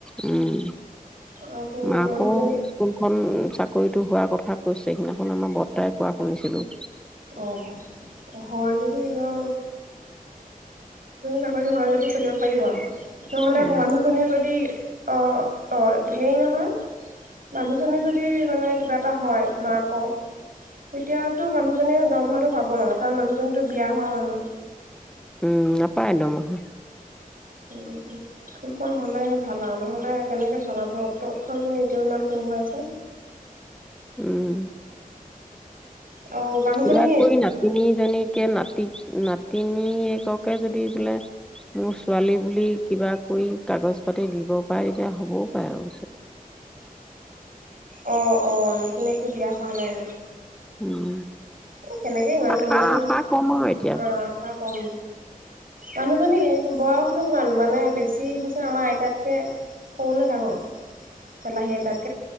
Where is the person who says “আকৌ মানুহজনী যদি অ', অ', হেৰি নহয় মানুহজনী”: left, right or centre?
Right